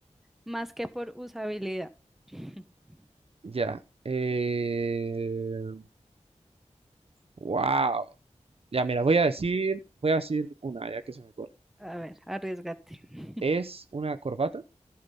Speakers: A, in the centre; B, on the right.
A: más que por usabilidad. <laughs>
B: Ya. eh, wow. Ya, mira, voy a decir, voy a decir una, ya que se me corre.
A: A ver, arriesgate. <laughs>
B: Es una corbata.